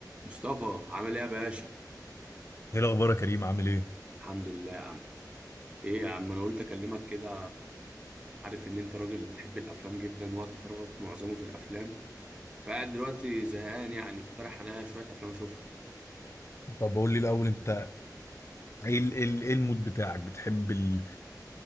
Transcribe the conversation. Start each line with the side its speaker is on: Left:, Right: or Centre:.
Right: مصطفى عامل ايه يا باشا
Left: ايه الاخبار يا كريم عامل ايه
Right: الحمد لله يا عم ايه يا عم انا قلت اكلمك كده عارف ان انت راجل بتحب الافلام جدا وقت فراغك معظمه في الافلام فقاعد دلوقتي زهقان يعني اقترح عليا شويه افلام اشوفها
Left: طب قول لي الاول انت ايه ال- ايه ال- ايه المود بتاعك بتحب ال